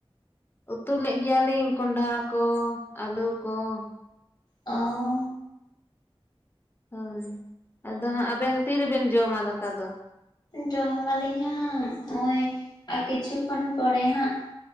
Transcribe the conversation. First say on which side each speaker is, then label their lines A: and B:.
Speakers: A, on the left (about 25°); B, on the left (about 45°).
A: ᱩᱛᱩ ᱞᱮᱫ ᱜᱮᱭᱟᱞᱤᱧ ᱠᱚᱱᱰᱷᱟ ᱠᱚ, ᱟᱹᱞᱩ ᱠᱚ ᱾
B: ᱚᱻ
A: ᱦᱳᱭ ᱟᱫᱚ ᱦᱟᱸᱜ ᱟᱵᱮᱱ ᱫᱚ ᱛᱤᱨᱮᱵᱮᱱ ᱡᱚᱢᱟ ᱫᱟᱠᱟ ᱫᱚ?
B: ᱡᱚᱢ ᱢᱟᱞᱤᱧ ᱦᱟᱸᱜ ᱱᱚᱜᱼᱚᱭ ᱟᱨ ᱠᱤᱪᱷᱩ ᱠᱷᱚᱱ ᱯᱚᱨᱮ ᱦᱟᱸᱜ ᱾